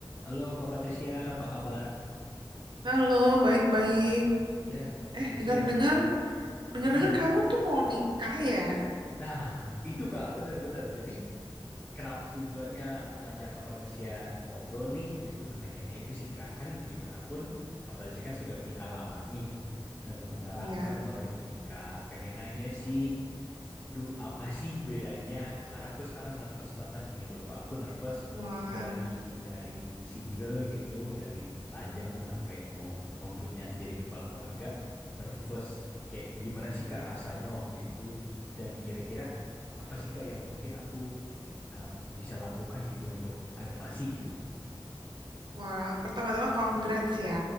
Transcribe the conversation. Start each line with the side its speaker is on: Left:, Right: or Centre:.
Left: Halo Kak Patricia, apa kabar?
Right: Halo, baik-baik.
Left: Ya, Kak Patricia.
Right: Eh, dengar-dengar, dengar-dengar
Left: Mm-mm.
Right: kamu tuh mau nikah ya?
Left: Nah, itu Kak, bener-bener. Jadi, kenapa tujuannya aku ngajak Kak Patricia ngobrol nih? Ya, sebenarnya pengen nanya itu sih Kak. Kan gimana pun,
Right: Hmm.
Left: Kak Patricia kan sudah menikah lama nih. Dan sementara
Right: Iya.
Left: aku kan baru mau nikah. Pengen nanya sih, Duh, apa sih bedanya? Karena aku sekarang nervous banget gitu loh. Kok aku nervous
Right: Wah,
Left: dari dari single gitu, dari Pajang sampai mau mempunyai jadi kepala keluarga, nervous. Kayak gimana sih Kak rasanya waktu itu? Dan kira-kira apa sih Kak yang mungkin aku um, bisa lakukan gitu untuk adaptasi gitu?
Right: wah, pertama-tama congrats ya.